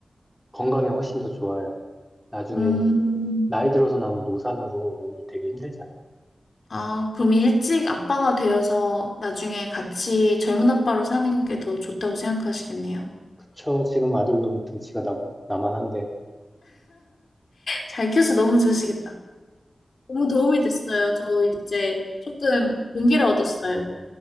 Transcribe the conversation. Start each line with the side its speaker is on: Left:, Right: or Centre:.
Centre: 건강에 훨씬 더 좋아요. 나중에
Left: 음,
Centre: 나이 들어서 남은 노산으로 몸이 되게 힘들잖아.
Left: 아, 그럼 일찍 아빠가 되어서 나중에 같이 젊은 아빠로 사는 게 더 좋다고 생각하시겠네요.
Centre: 그쵸? 지금 아들놈 등치가 나, 나만한데.
Left: 잘 키워서 너무 좋으시겠다. 너무 도움이 됐어요. 저 이제 조금 용기를 얻었어요.